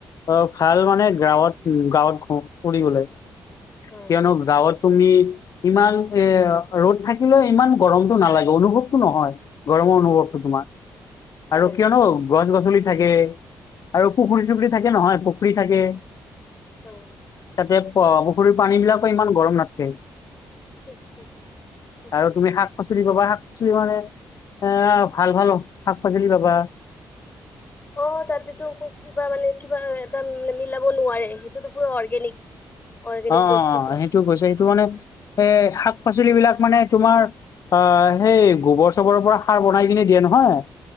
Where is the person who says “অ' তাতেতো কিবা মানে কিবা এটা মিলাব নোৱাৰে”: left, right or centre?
Left